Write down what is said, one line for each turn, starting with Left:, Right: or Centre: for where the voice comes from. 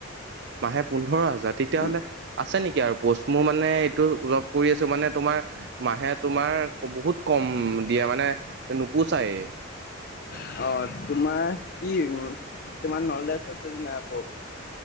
Right: মাহে পোন্ধৰ হেজাৰ তেতিয়াহ'লে
Left: উম
Right: আছে নেকি? কি আৰু পোষ্ট মোৰ মানে এইটো জপ কৰি আছো মানে তোমাৰ মাহে তোমাৰ বহুত কম দিয়া মানে, নোপোচাই
Left: অ', তোমাৰ কি ম তোমাৰ নলেছ আছে নাই আকৌ?